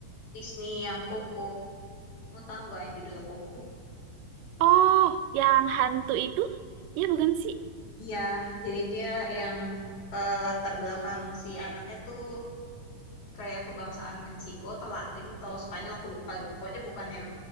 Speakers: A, on the left; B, on the right.
A: Disney yang Coco. Mau tahu nggak yang judulnya Coco?
B: Oh, yang hantu itu? Iya bukan sih?
A: Iya, jadi dia yang eh, latar belakang si anaknya tuh kayak kebangsaan Meksiko atau Latin atau Spanyol aku lupa gitu. Pokoknya bukan yang